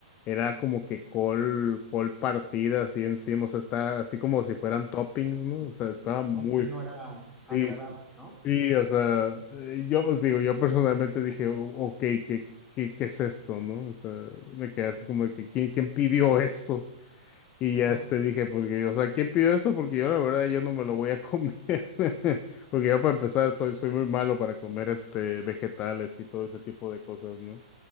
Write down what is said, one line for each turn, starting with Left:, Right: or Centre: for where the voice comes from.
Left: era como que col, col partida así encima, o sea, está así como si fueran toppings, ¿no? O sea, estaba
Centre: Ah,
Left: muy,
Centre: Como que no era agradable,
Left: sí, sí,
Centre: ¿no?
Left: sí, o sea, eh, yo os digo, yo personalmente dije, "O- ok, ¿qué, qué, qué es esto, no? O sea, me quedé así como de que, ¿quién, quién pidió esto? Y ya
Centre: Ah,
Left: este dije, porque, o sea, ¿quién pidió esto? Porque yo la verdad yo no me lo voy a comer. <laughs> Porque yo para empezar soy, soy muy malo para comer este vegetales y todo ese tipo de cosas, ¿no?